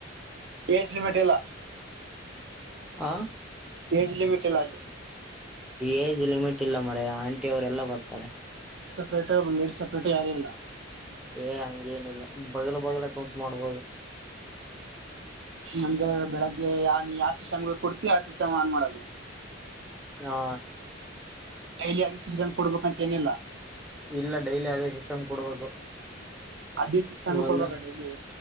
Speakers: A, on the right; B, in the centre.
A: ಪೇಜಲಿಮೆಟ್ ಎಲ್ಲ
B: ಆ
A: ಪೇಜಲಿ ಮಿಟೆಲ್ಲ ಅಲ್ಲಿ
B: ಏಜ್ ಲಿಮಿಟ್ ಇಲ್ಲ ಮರ ಆಂಟಿ ಅವರೆ ಎಲ್ಲಾ ಬರ್ತಾರೆ
A: ಸಪೇ ಬೇಡ್ ಸೆಪರೇಟ್ ಯಾರಲ್ಲ
B: ಏ ಹಂಗೇನಿಲ್ಲ ಬದಲ ಬದಲಕಂತ ಮಾಡ್ಬೋದು
A: ನಮ್ದ್ರೆ ಬೆಳಗ್ಗೆ ಯ ನೀ ಯಾವ ಸಿಸ್ಟಮ್ಗೆ ಕೊಡ್ತಿ ಆ ಸಿಸ್ಟಮ್ ಆನ್ ಮಾಡೋದು
B: ಹಾ
A: ಡೈಲಿ ಅದೇ ಸಿಸ್ಟಮ್ ಕೊಡ್ಬೇಕಂತ ಏನಿಲ್ಲ
B: ಇಲ್ಲ ಡೈಲಿ ಅದೇ ಸಿಸ್ಟಮ್ ಕೊಡ್ಬೇಕು
A: ಅದೇ ಸಿಸ್ಟಮ್
B: ಒಂದು
A: ಕೊಡ್ಬೇಕ ಡೈಲಿ